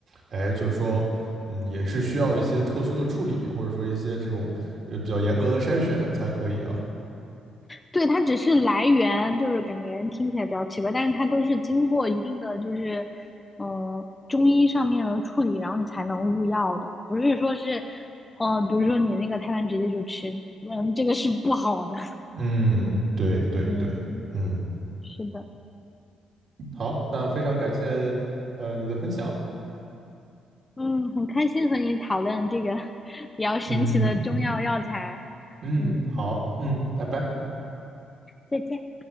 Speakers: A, on the right (about 50°); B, on the left (about 20°).
A: 哎，就是说。嗯，也是需要一些特殊的处理，或者说一些这种呃比较严格的筛选才可以啊。
B: 对，它只是来源，就是感觉听起来比较奇怪，但是它都是经过一定的就是，嗯、中医上面的处理，然后你才能入药的，不是说是，呃，比如说你那个胎盘直接就吃，嗯，这个是不好的，
A: 嗯，对对对，
B: 嗯，
A: 嗯，
B: 是的，
A: 好，那非常感谢呃你的分享，
B: 嗯，很开心和你讨论这个 <laughs> 比较神奇的中药药材，
A: 嗯嗯，
B: 嗯，
A: 好，嗯，拜拜。
B: 再见。